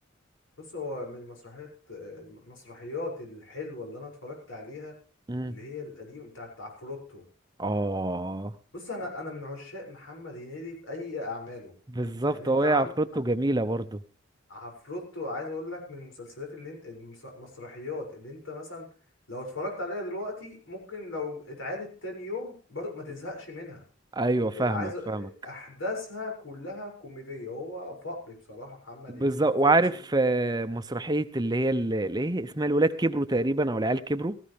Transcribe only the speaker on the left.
بص هو من المسرحيات آه، المسرحيات الحلوه اللي انا اتفرجت عليها
اللي هي القديمه بتاعت عفروتو
بص انا انا من عشاق محمد هنيدي في اي اعماله
يعني انت
عن...
عفروتو عايز اقول لك من المسلسلات اللي انت المس- المسرحيات اللي انت مثلا لو اتفرجت عليها دلوقتي ممكن لو اتعادت تاني يوم برضه ما تزهقش منها
إيه، عايز أ-
احداثها كلها كوميدية هو فقري بصراحة محمد
هنيدي في
تمثيل